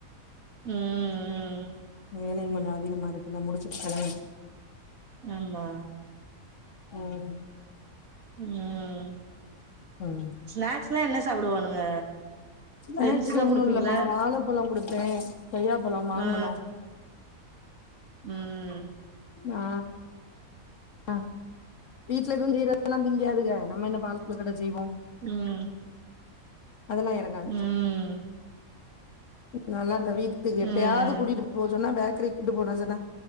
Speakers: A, on the right (about 70°); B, on the left (about 60°).
A: ம் ம்
B: வேலையு கொஞ்சோ அதிகமா இருக்கு நா முடிச்சிட்டு கெளம்ப
A: ஆமா
B: ம்
A: ம்
B: ம்
A: ஸ்நக்ஸ்ல்லா என்ன சாப்டுவானுங்க
B: ஸ்நக்ஸ்
A: செஞ்சுதா
B: ஒன்னு
A: குடுப்பீங்களா
B: இல்லம்மா வாழப்பழோ குடுப்பே கொய்யாப்பழோ மாம்பழோ
A: ஆ ஆ ம்
B: நா ஆ வீட்ல எதுவு செய்றதெல்லா திங்காதுக நம்ம என்ன பால் கொழகட்ட செய்வோ
A: ம்
B: அதெல்லா எறங்காது
A: ம்
B: நல்லா இந்த வீட்டுக்கு எப்பயாது
A: ம்
B: கூட்டிட்டு போ சொன்னா பேக்கரி கூட்டு போனா சொன்னா